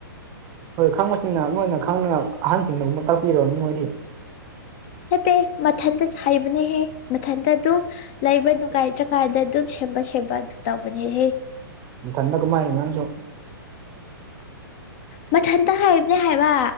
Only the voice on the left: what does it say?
ꯅꯠꯇꯦ ꯃꯊꯟꯇ ꯍꯥꯏꯕꯅꯦꯍꯦ ꯃꯊꯟꯇ ꯑꯗꯨꯝ ꯂꯩꯕ ꯅꯨꯡꯉꯥꯏꯇ꯭ꯔꯀꯥꯟꯗ ꯑꯗꯨꯝ ꯁꯦꯝꯕ ꯁꯦꯝꯕ ꯇꯧꯕꯅꯦꯍꯦ
ꯃꯊꯟꯇ ꯍꯥꯏꯕꯅꯦ ꯍꯥꯏꯕ